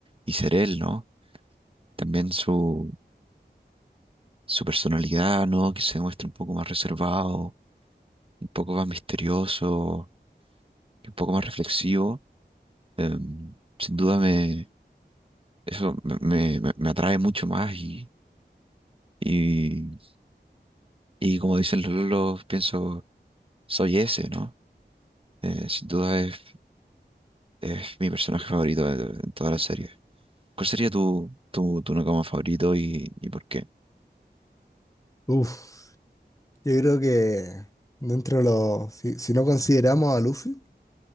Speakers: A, on the right; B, on the left.
A: y ser él, ¿no? También su, su personalidad, ¿no? Que se muestre un poco más reservado, un poco más misterioso, un poco más reflexivo. Em, sin duda me, eso me, me- me- me atrae mucho más y, y, y como dicen los lolos, pienso, soy ese, ¿no? Eh, sin duda es, es mi personaje favorito de, de toda la serie. ¿Cuál sería tu, tu, tu Nakama favorito y, y por qué?
B: Uf, yo creo que dentro de los, si, si no consideramos a Luffy,